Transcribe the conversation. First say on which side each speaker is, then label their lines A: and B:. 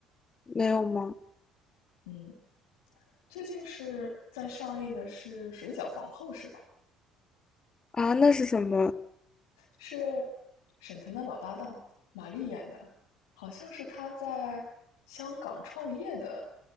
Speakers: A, on the left (about 30°); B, on the left (about 65°).
A: 没有吗？
B: 嗯，最近是在上映的是《水饺皇后》是吧？
A: 啊，那是什么？
B: 是沈腾的老搭档马丽演的，好像是他在香港创业的